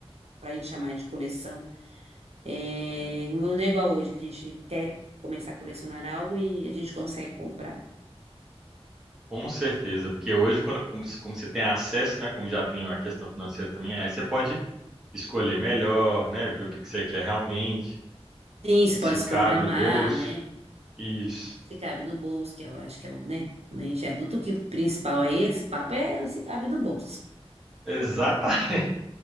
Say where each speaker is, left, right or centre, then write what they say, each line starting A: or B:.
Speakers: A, on the right (about 75°); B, in the centre.
A: pra gente chamar de coleção. É, não é igual hoje, que a gente quer começar a colecionar algo e a gente consegue comprar.
B: Com certeza, porque hoje, quando, como, se- como você tem acesso, né, como já tem a questão financeira também, aí você pode escolher melhor, né, ver o que que você quer realmente,
A: Sim, você
B: se
A: pode se
B: cabe
A: programar,
B: no bolso.
A: né?
B: Isso.
A: Se cabe no bolso, que eu acho que é o, né? Quando a gente é adulto, o que principal aí, esse papo é se cabe no bolso.
B: Exatamente.